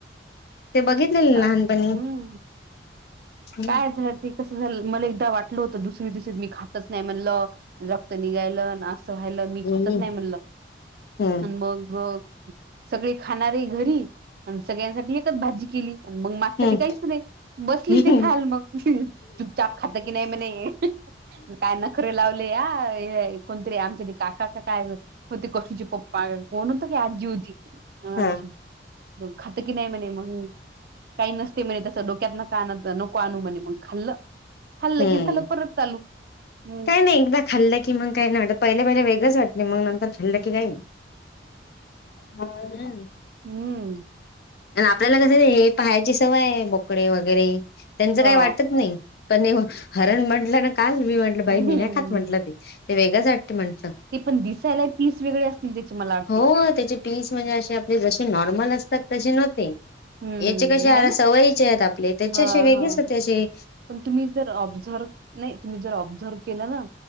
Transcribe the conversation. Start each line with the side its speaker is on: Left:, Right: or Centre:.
Left: ते बघितलेलं लहानपणी.
Right: हम्म
Left: हम्म
Right: काय झालं ते कसं झालं, मला एकदा वाटलं होतं, दुसरी -तुसरी मी खातच नाही म्हणलं. रक्त निघायलं अन् असं हायलं
Left: हम्म
Right: मी खातच नाही म्हणलं.
Left: हम्म
Right: आणि मग सगळे खाणारे, घरी आणि सगळ्यांसाठी एकच भाजी केली. मग माससाठी
Left: हम्म
Right: काहीच नाही, बसली
Left: हम्म
Right: ते खाल मग <inaudible> चुपचाप खातं की नाही म्हणे <inaudible> काय नखरे लाव ले या कोणतरी आमच्या ते काका काय हो ते कसूचे पप्पा कोण होत की आजी होती
Left: हा
Right: आमची खातं की नाही म्हणे म्हणून काही नसते म्हणे तसं डोक्यात ना का न को म्हणे मग खाल्लं, खाल्लं
Left: हम्म
Right: की झालं परत चालू हम्म.
Left: काही नाही एकदा खाल्लं की मग काही नाही वाटत, पहिले- पहिले वेगळंच वाटलं मग नंतर खाल्लं की काय नाही. हा. <unintelligible>
Right: हम्म
Left: आन् आपल्याला कस हे पाहायची सवय आहे, बोकडे वगैरे त्यांचं
Right: हा
Left: काही वाटत नाही. पण <unintelligible> हरण म्हंटलं ना का मी म्हटलं, बाई
Right: हम्म
Left: मी नाही खात म्हंटलं ते- ते वेगंच वाटत म्हणलं.
Right: ते पण दिसायला पीस वेगळे असतील त्याची मला वाटतय.
Left: हो त्याचे पीस म्हणजे अशे आपले जशे नॉर्मल असतात तशे नव्हते.
Right: हम्म
Left: याचे कशे आळा
Right: आहे ना
Left: सवयीचे आहेत, आपले त्याचे
Right: हा
Left: अशे वेगळेच
Right: हा
Left: होते अशे
Right: पण तुम्ही जर ऑब्झर्व नाही, तुम्ही जर ऑब्झर्व केलं ना